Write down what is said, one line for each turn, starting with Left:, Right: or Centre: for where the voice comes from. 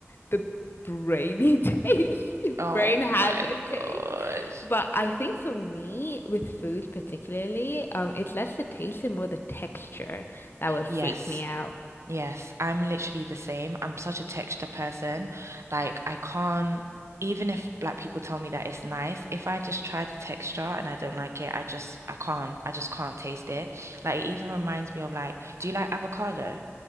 Left: the brainy <laughs> taste. If
Right: Oh
Left: Brain has
Right: my
Left: a taste.
Right: gosh.
Left: But I think for me, with food particularly, um, it's less the taste and more the texture that will freak
Right: Yes.
Left: me out.
Right: Yes, I'm literally the same. I'm such a texture person. Like I can't even if black people tell me that it's nice, if I just try the texture and I don't like it, I just I can't I just can't taste it. Like it even reminds me of like, do you like avocado?